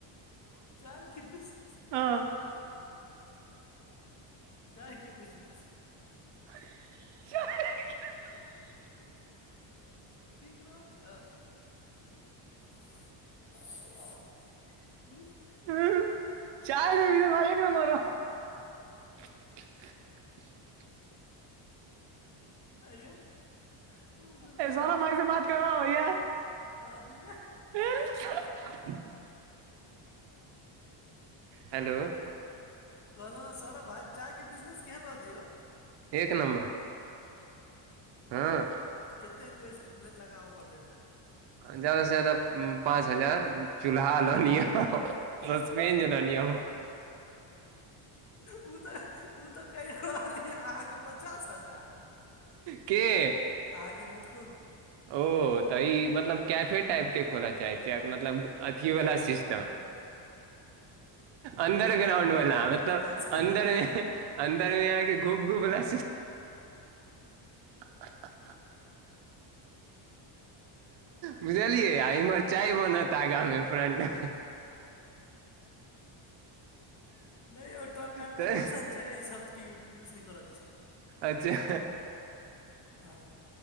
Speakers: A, on the left (about 35°); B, on the right (about 60°).
A: चायके बिजनेस केहन
B: हँ
A: रहत? चाय के बिजनेस?
B: चाय के बिजनेस।
A: ठीक रहत यौ। <inaudible>
B: ह चायके एक नम्बर रह <unintelligible> <inaudible>
A: अइयौ <inaudible> कलब
B: ए सौरभ भाई से बात करबाओ भैया
A: आ द <unintelligible>
B: <unintelligible> हेलो!
A: कहलहुँँ सौरभ भााय, चायके बिजनेस केहन रहतै यौ?
B: एक नम्बर हँ।
A: कते इन्वेस्ट लगाबऽ पड़तेै ओहिमे?
B: ज्यादा से ज्यादा पाँच हजार, चूल्हा ललिय। ससपेन लअ लिय।
A: ओ तऽ ओ तऽ कहि रहलिय अहाँके पचास हजार।
B: के?
A: अहाके मुखुन्द।
B: ओ तऽ ई मतलब कैफे टाइप के खोलऽ चाहैत छिय, मतलब अथीवला सिस अन्दर ग्राउंड वालला मतलब
A: अच्छा
B: अन्दर मे अन्दरमे आहाँके गूप गूप ल <unintelligible> बुझलियै इम्हर चाहय बनत आगा मे फ्रंट मे।
A: नहि यौ टर्म एंड
B: तऽ
A: कन्डीशन छै ई शब्दके यूज नहि करयके छै <unintelligible>
B: अच्छा!
A: आ।